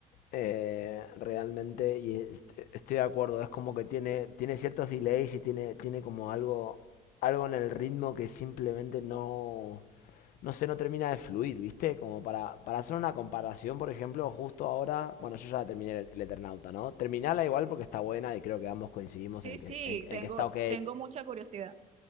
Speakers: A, on the left; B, on the right.
A: eh, realmente, y est- estoy de acuerdo, es como que tiene, tiene ciertos delays y tiene, tiene como algo, algo en el ritmo que simplemente no, no sé, no termina de fluir, ¿viste? Como para, para hacer una comparación, por ejemplo, justo ahora, bueno, yo ya terminé el, el Eternauta, ¿no? Terminala igual porque está buena y creo que ambos coincidimos
B: Sí,
A: en
B: sí,
A: que, en en
B: tengo,
A: que está ok
B: tengo mucha curiosidad.